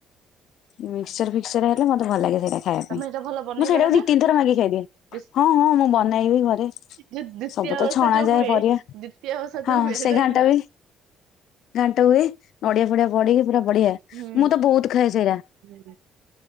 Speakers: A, on the left; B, on the right.
A: <inaudible> ମିକ୍ସଚର ଫିକସର ହେଲେ ମତେ ଭଲ ଲାଗେରେ ଖାଇବା
B: ତମେ
A: ପାଇଁ
B: ଏଇଟା ଭଲ ବନେଇ
A: ମୁଁ ସେଇଟାକୁ
B: ପାର
A: ଦି
B: ନା
A: ତିିଥର ମାଗି ଖାଇଦିଏ।
B: ବେଶ୍
A: ହଁ ହଁ ମୁଁ ବନେଇବି ଘରେ
B: ଯୋଉ ଦ୍ଵିତୀୟ
A: ସବୁ ତ
B: ଓଷା
A: ଛଣା
B: ଯୋଉ
A: ଯାଏ
B: ହୁଏ
A: ପରିବା
B: ଦ୍ଵିତୀୟ ଓଷା
A: ହଁ
B: ଯୋଉ ହୁଏ
A: ସେ
B: ସେଥିରେ
A: ଘାଣ୍ଟ
B: ଘା
A: ବି ଘାଣ୍ଟ ହୁଏ। ନଡିଆ ଫଡିଆ ପଡିକି ବଢିଆ
B: ହୁଁ
A: ମୁଁ ତ ବହୁତ ଖାଏ ସେଇଟା
B: ହୁଁ